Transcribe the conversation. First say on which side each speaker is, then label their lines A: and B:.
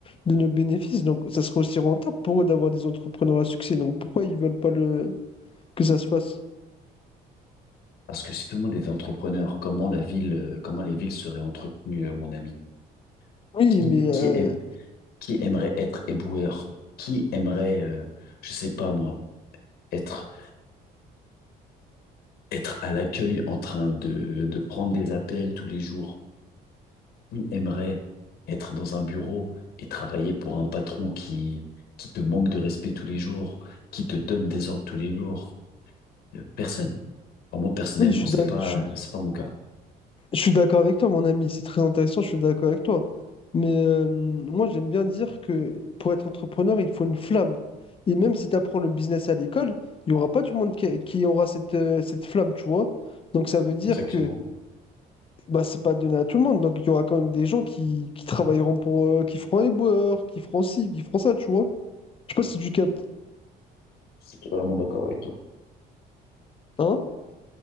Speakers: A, on the left (about 30°); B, on the left (about 65°).
A: de nos bénéfices. Donc, ça serait aussi rentable pour eux d'avoir des entrepreneurs à succès. Donc, pourquoi ils veulent pas le, que ça se fasse?
B: Parce que si tout le monde était entrepreneur, comment la ville, euh, comment les villes seraient entretenues, euh, mon ami?
A: Oui,
B: Qui,
A: mais euh,
B: qui Qui aimerait être éboueur? Qui aimerait, euh, je sais pas moi, être, être à l'accueil en train de, de prendre des appels tous les jours? Qui aimerait être dans un bureau et travailler pour un patron qui, qui te manque de respect tous les jours, qui te donne des ordres tous les jours, Euh, Personne. Enfin, moi, personnellement,
A: oui, je suis
B: c'est
A: d'ac-
B: pas,
A: je suis
B: c'est pas mon cas.
A: je suis d'accord avec toi, mon ami. C'est très intéressant, je suis d'accord avec toi. Mais euh, moi, j'aime bien dire que pour être entrepreneur, il faut une flamme. Et même si tu apprends le business à l'école, il n'y aura pas tout le monde qui, qui aura cette, euh, cette flamme, tu vois. Donc, ça veut dire
B: Exactement.
A: que bah, c'est pas donné à tout le monde. Donc, il y aura quand même des gens qui, qui travailleront pour, euh, qui feront les boueurs, qui feront ci, qui feront ça, tu vois. Je sais pas si tu captes,
B: Je suis totalement d'accord avec toi.
A: hein?